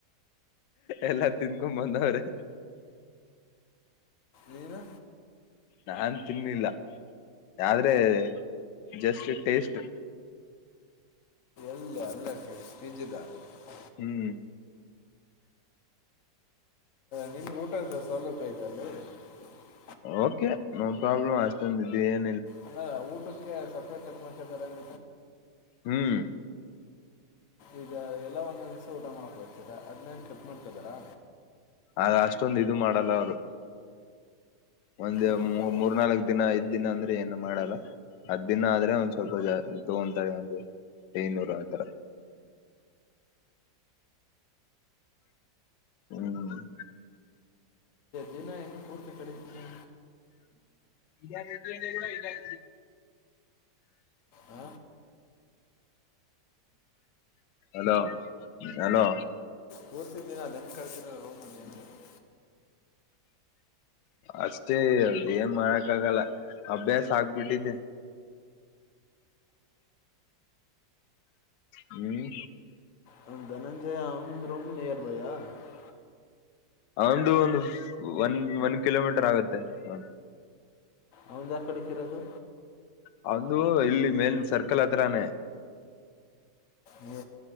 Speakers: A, on the left; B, on the left.
A: ಎಲ್ಲಾ ತಿನ್ಕೊ ಬಂದವ್ರೆ. -
B: ನೀನು
A: ನಾನ್ ತಿನ್ನಿಲ್ಲ ಆದ್ರೆ ಜಸ್ಟ್ ಟೇಸ್ಟ್., -
B: ಅ ಅಲ್ಲ ಪಜದ <unintelligible>
A: ಹ್ಮ್,
B: ನಿಮ್ಗೆ ಊಟದ ಸರ್ ಸೌಲಭ್ಯ ಐತ ಅಲ್ಲಿ., -
A: ಓಕೆ ನೋ ಪ್ರಾಬ್ಲಮ್ ಆತಂದ ಬ <unintelligible>
B: ಅಂದ ಊಟಕ್ಕೆ ಸಪ್ಪೆ ಚಪ್ಪ <unintelligible> ಬರ <inaudible>
A: ಹ್ಮ್,
B: ಈಗ ಎಲ್ಲ ಒಂದೊಂದ್ ದಿವ್ಸ ಊಟ ಮಾಡಕ್ ಹೋಗ್ತೀರಾ., ಅದ್ ನ ಕೆಲ್ಪ್ ಮಾಡ್ಕದಾರ-
A: ಅ ಅಷ್ಟೊಂದ ಇದು ಮಾಡಲ್ಲ ಅವರು., - ಒಂದ್
B: ಊಟಕ್ಕಾದ್ರೆ
A: ಮೂರ್ನಾಲ್ಕ, ದಿನ ಐದ್ ದಿನ ಅಂದ್ರೆ ಏನು- ಮಾಡಲ್ಲ ಹತ್ದ್ ದಿನ ಆದ್ರೆ ಒಂದ್ ಸ್ವಲ್ಪ ಜ ತಗೊಂತಾರೆ. ಒಂದು ಐನೂರು ಆ ತರ ಹ್ಮ್, -
B: ದಿನ ಹೆಂಗ ಪೂರ್ತಿ ಕಳಿತೀನೋ
A: ಇಲ್ಲ ವ ಕೂಡ ಇಲ್ಲ <inaudible>
B: ಆ
A: ಹಲೋ ಹಲೋ
B: ಕೂರ್ತಿದ್ದೀನ ಅದ ಹೆಂ ಕಳ್ತಿರೋ ರೂಮಲ್ಲಿಲ್ಲಿ <inaudible>
A: ಅಷ್ಟೇ ಅದ ಏನ್ ಮಾಡಕ್ಕಾಗಲ್ಲ ಅಭ್ಯಾಸ ಆಗ್ಬಿಟ್ಟಿದ್ದೆ ಹ್ಮ್
B: ಹ ಧನಂಜಯ ಆಮಂದ್ರಮ ನಿಯರ್ ಬೈಯ <unintelligible>
A: ಒಂದು ಒಂದು ಒನ್ ಒನ್ ಕಿಲೋಮೀಟರ್ ಆಗುತ್ತೆ ಹ
B: ಅವಂದಾ ಯಾವ ಕಡಿಕ್ ಇರೋದು
A: ಹೌದು ದು ಇಲ್ಲಿ ಮೇಲೆ ಸರ್ಕಲ್ ಹತ್ರಾನೇ
B: ಈ